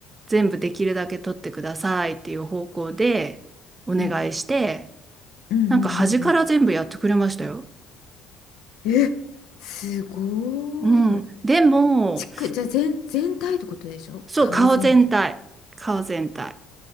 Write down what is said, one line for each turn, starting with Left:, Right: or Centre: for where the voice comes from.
Right: 全部できるだけ取ってくださいっていう方向でお願いして、
Left: うん。うんうん
Right: なんか端から全部やってくれましたよ。
Left: うんうんえ、すごーい。
Right: うん。でも、
Left: ちく、じゃあ全、全体ってことでしょ顔全部。
Right: そう、顔全体。顔全体。